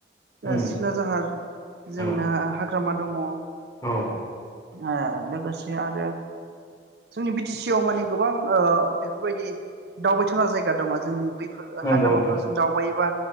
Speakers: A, on the left; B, on the right.
A: उम
B: ओ सिखोना जाहार जोंना
A: औ
B: हाग्रा हाग्रामा दङ।
A: औ
B: ओ लोगोसे आरो जोंनि बि टि सि आव माने गोबां ओ बेफोरबायदि दावबायथावना जायगा दङ जोंनि बैफोर
A: नंगौ
B: हाग्रामाफोराव
A: नोंथां
B: जों दावबायोबा